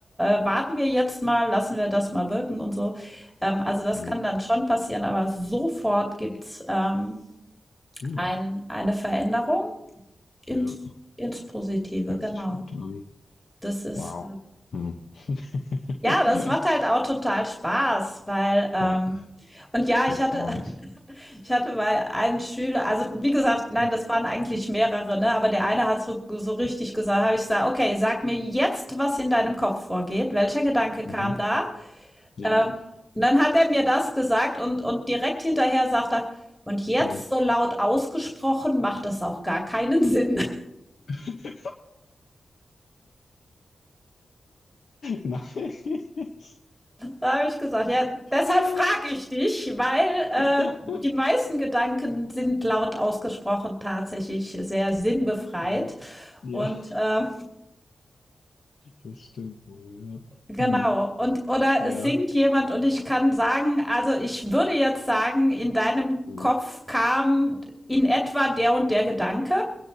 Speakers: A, in the centre; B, on the left (about 75°).
A: äh, warten wir jetzt mal, lassen wir das mal wirken und so. Ähm, also das
B: Mhm.
A: kann dann schon passieren, aber sofort gibt's
B: Mhm.
A: ähm,
B: Cool.
A: ein, eine Veränderung ins,
B: Ja.
A: ins Positive,
B: Hört
A: genau.
B: sich gut an.
A: Das ist
B: Wow. Hm. <laughs>
A: Ja, das macht halt auch total Spaß, weil ähm,
B: Ja,
A: und ja,
B: das
A: ich hatte
B: glaube
A: <laughs>
B: ich.
A: ich hatte mal einen Schüler, also wie gesagt, nein,
B: Hm.
A: das waren eigentlich mehrere, ne, aber der eine hat so, so richtig gesagt, habe ich gesagt, okay, sag mir jetzt, was in deinem Kopf vorgeht, welcher Gedanke kam
B: Mhm.
A: da?
B: Ja.
A: Ähm, und dann hat er mir das gesagt und und direkt hinterher sagt er, und jetzt
B: Hm.
A: so laut ausgesprochen macht das auch gar keinen <laughs> Sinn.
B: <laughs> Nein.
A: Da habe ich gesagt, ja, deshalb
B: Oh.
A: frage ich dich, weil äh,
B: Ja.
A: die meisten Gedanken sind laut ausgesprochen tatsächlich sehr sinnbefreit.
B: Jo. Ja,
A: Und äh,
B: das stimmt wohl. Ja.
A: genau,
B: Hm.
A: und oder
B: Ja.
A: es singt jemand und ich kann sagen, also ich würde jetzt sagen, in deinem
B: Mhm.
A: Kopf kam in etwa der und der Gedanke.